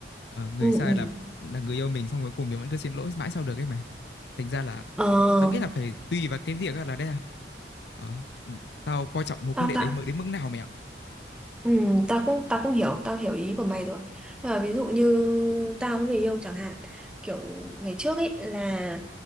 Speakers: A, on the left; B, in the centre.
A: Ờ, người
B: ừ
A: sai
B: ừ
A: là là người yêu mình xong cuối cùng mình vẫn cứ xin lỗi mãi sau được ấy mày. Thành ra là
B: Ờ,
A: tao nghĩ là phải tùy vào cái việc á, là đây là ờ, tao coi trọng mối
B: tao
A: quan hệ
B: ta,
A: đấy mới đến mức nào mày ạ.
B: ừ, tao cũng tao cũng hiểu, tao hiểu ý của mày rồi. Nhưng mà ví dụ như tao với người yêu chẳng hạn, kiểu ngày trước ấy là